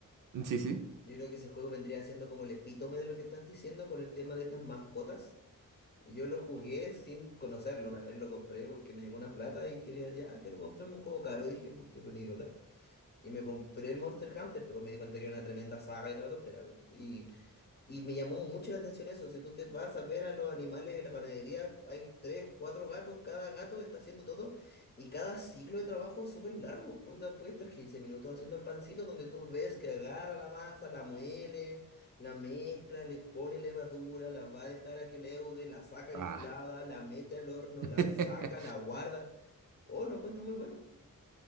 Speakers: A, on the right; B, on the left.
A: Sí, sí.
B: yo creo que ese juego vendría siendo como el epítome de lo que estás diciendo con el tema de estas mascotas. Yo lo jugué sin conocerlo, una vez lo compré porque me llegó una plata y quería, ya, quiero comprarme un juego caro, dije, porque soy un idiota. Y me compré el Monster Hunter, después me di cuenta que era una tremenda saga y toda la tontera. Y Y me llamó mucho la atención eso. Si tú te vas a ver a los animales de la panadería, hay tres, cuatro gatos, cada gato está haciendo todo y cada ciclo de trabajo es súper largo. Onda, puede estar 15 minutos haciendo el pancito donde tú ves que agarra la masa, la muele, la mezcla, le pone levadura, la va a dejar a que leude, la saca inflada,
A: Ah,
B: la mete al horno,
A: <laughs>
B: la saca, la guarda. Oh, lo encuentro muy bueno.